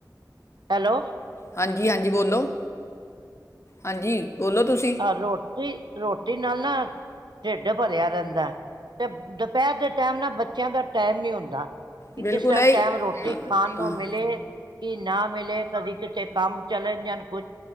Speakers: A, on the right (about 75°); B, on the left (about 40°).
A: ਹੈਲੋ।
B: ਹਾਂਜੀ-ਹਾਂਜੀ ਬੋਲੋ, ਹਾਂਜੀ। ਬੋਲੋ ਤੁਸੀਂ
A: ਰੋਟੀ ਰੋਟੀ ਨਾਲ ਨਾ ਢਿੱਡ ਭਰਿਆ ਰਹਿੰਦਾ ਤੇ ਦੁਪਹਿਰ ਦੇ ਟਾਈਮ ਨਾਲ ਬੱਚਿਆਂ ਦਾ ਟਾਈਮ ਨਹੀਂ ਹੁੰਦਾ। ਕਿ
B: ਬਿਲਕੁਲ
A: ਕਿਸ ਟਾਈਮ
B: ਇਹ
A: ਟਾਈਮ
B: ਹੀ-
A: ਰੋਟੀ
B: ਹਾਂ,
A: ਖਾਣ ਨੂੰ
B: ਹਾਂ,
A: ਮਿਲੇ, ਕਿ ਨਾ ਮਿਲੇ ਕਦੀ ਕਿਤੇ ਕੰਮ ਚਲੇ ਜਾਣ ਕੁਛ